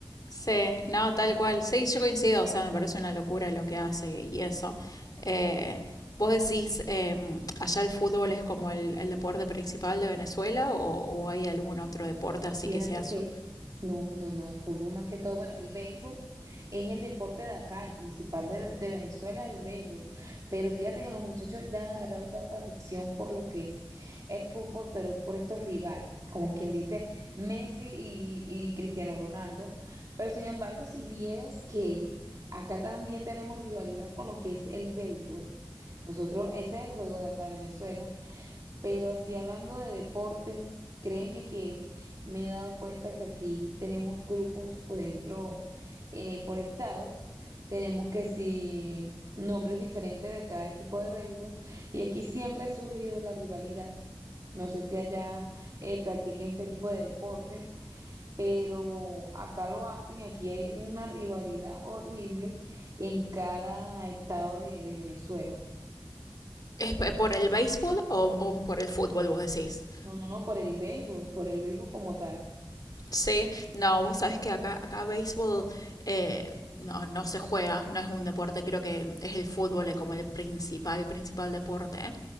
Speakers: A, on the left; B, on the right.
A: sí, no, tal cual. Sí, yo coincido, o sea, me parece una locura lo que hace y eso. Eh, ¿Vos decís, eh, allá el fútbol es como el, el deporte principal de Venezuela o, o hay algún otro deporte
B: Y
A: así
B: fíjate
A: que sea su
B: que no, no, no, el fútbol más que todo, bueno, el béisbol es el deporte de acá, el principal de, de Venezuela es el béisbol, pero fíjate que los muchachos le han agarrado tanta afición por lo que es el fútbol, pero por estos rivales, como quien dice Messi y, y Cristiano Ronaldo, pero sin embargo, si vieras que acá también tenemos rivalidad con lo que es el béisbol, nosotros, ese es el juego de acá de Venezuela. Pero así hablando de deportes, créeme que me he dado cuenta que aquí tenemos grupos, por ejemplo, eh, por estados, tenemos que si nombres diferentes de cada equipo de béisbol, y aquí siempre ha surgido la rivalidad. No sé si allá eh, practiquen este tipo de deporte, pero acá lo hacen, y aquí hay una rivalidad horrible en cada estado de de Venezuela.
A: ¿Es por el béisbol o, o por el fútbol, vos decís?
B: No, no, no, por el béisbol, por el béisbol como tal.
A: Sí, no, vos sabes que acá, acá béisbol eh, no, no se juega, no es un deporte, creo que es el fútbol eh, como el principal, principal deporte.